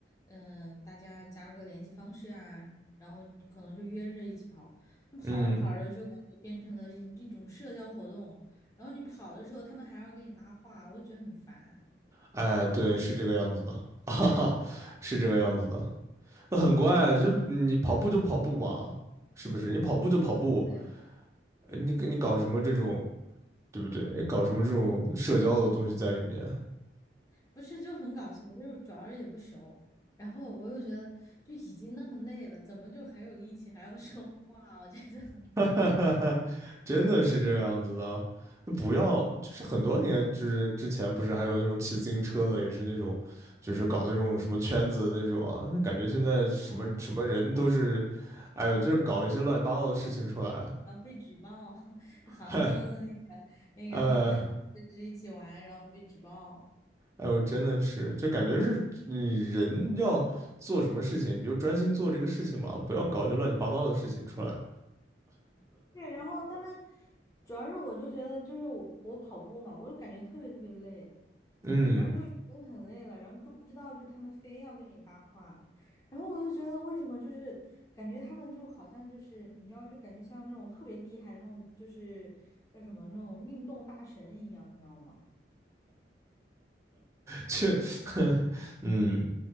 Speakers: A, on the left (about 20°); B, on the right (about 15°).
A: 嗯、大家加个联系方式啊，然后可能就约着一起跑。那跑着跑着就感觉变成了一一种社交活动，
B: 嗯，
A: 然后你跑的时候他们还要给你搭话，我就觉得很烦。
B: 哎，对，是这个样子的，<laughs> 哈哈，是这个样子的。那很乖。就你跑步就跑步嘛，是不是？你跑步就跑步，
A: 对，
B: 呃你你搞什么这种，对不对？哎搞什么这种社交的东西在里面？
A: 不是就很搞笑，就是主要是也不熟，然后我又觉得就已经那么累了，怎么就还有力气还要说话？我觉得，
B: <laughs> 真的是这个样子的。不要，就是很多年就是之前，不是还有那种骑自行车的，也是那种，就是搞那种什么圈子的那种啊。那感觉现在什么什么人都是，
A: <laughs> 哦。
B: 哎呦，就是搞一些乱七八糟的事情出来。
A: 然后被举报，<laughs>
B: <laughs>
A: 杭州的那个、那个、
B: 呃，
A: 那个，就是一起玩，然后被举报。
B: 哎呦，真的是，就感觉是你人要做什么事情，你就专心做这个事情嘛，不要搞一些乱七八糟的事情出来。
A: 对，然后他们主要是我就觉得就是我我跑步嘛，我就感觉特别特别累，
B: 嗯。
A: 然后就已经很累了，然后就不知道就是他们非要跟你搭话，然后我就觉得为什么就是感觉他们就好像就是你知道就感觉像那种特别厉害那种就是叫什么那种运动大神一样，你知道吗？
B: 这，<laughs> 嗯，